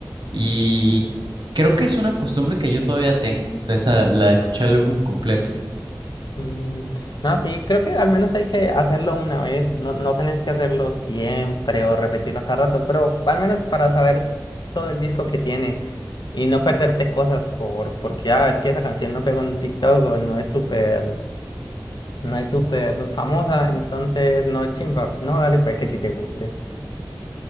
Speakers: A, on the right; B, on the left.
A: Y creo que es una costumbre que yo todavía tengo, o sea, esa, la de escuchar el álbum completo.
B: Mm, No, sí, creo que al menos hay que hacerlo una vez, no, no tenés que hacerlo siempre o repetirlo a cada rato, pero al menos para saber todo el disco que tiene y no perderte cosas por, porque, ah, es que esa canción no pegó en TikTok o no es súper, no es súper famosa, entonces no es chimba, no, dale, pues que si te guste.